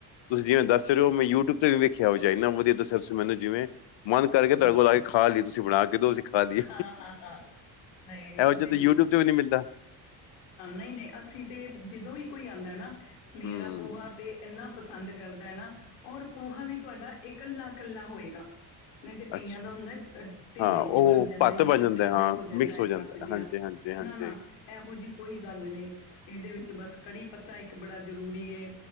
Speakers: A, on the left (about 60°); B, on the left (about 80°).
A: ਤੁਸੀਂ ਜਿਵੇਂ ਦੱਸ ਚ ਮੈਂ ਯੂਟਿਊਬ ਵੀੇਖਿਆ ਹੋਵੇ ਇਨਾ ਵੀਆ ਦੱਸ ਤੁ ਮੈਨੂੰ ਜਿਵੇਂ ਮਨ ਕਰਕੇ ਤੜ
B: ਹਾਂ
A: ਕੋਲ
B: ਹਾਂ
A: ਲ ਕੇ ਖਾ ਲਈ ਤੁਸੀਂ ਬਣਾ ਕੇਸੀ ਖਾਏ
B: ਹਾਂ ਹਾਂ ਹਾਂ ਨਹੀਂ
A: ਇਹੋ
B: ਤੁਸੀਂ
A: ਜਿਹੇ ਯੂਟਿਊਬ ਤੇ ਵੀ ਨਹੀਂ ਮਿਲਦਾ।
B: ਨੇ ਅਸੀਂ ਤੇ ਜਦੋਂ ਵੀ ਕੋਈ ਆਉਂਦਾ ਨਾ ਮੇਰਾ
A: ਹੂੰ,
B: ਪੂਹਾ ਤੇ ਇੰਨਾ ਪਸੰਦ ਪਸੰਦ ਕਰਦਾ ਹੈ ਨਾ ਔਰ ਪੋਹਾਾਂ ਵੀ ਤੁਹਾਡਾ ਇਕੱਲਾ ਇਕੱਲਾ ਹੋਏਗਾ। ਨਹੀਂ ਤੇ ਕਈਆਂ
A: ਅੱਛਾ
B: ਦਾ ਹੁੰਦਾ ਢਿੱਲੇ
A: ਹਾਂ ਉਹ
B: ਜੇ ਬਣ ਜਾਂਦੇ
A: ਭੱਤ
B: ਨੇ ਇਕੱਠਾ
A: ਬਣ ਜਾਂਦਾ ਹੈ,
B: ਜਿਹਾ
A: ਹਾਂ
B: ਹੋ ਜਾਂਦਾ
A: ਮਿਕਸ
B: ਹੈ ਪਤ ਜਿਹਾ
A: ਹਾਂਜੀ-ਹਾਂਜੀ-ਹਾਂਜੀ,
B: ਨਾ ਨਾ ਇਹੋ ਜਿਹੀ ਕੋਈ ਗੱਲ ਨਹੀਂ ਇਹਦੇ ਵਿੱਚ ਬਸ ਕੜੀ ਪੱਤਾ ਇੱਕ ਬੜਾ ਜ਼ਰੂਰੀ ਏ।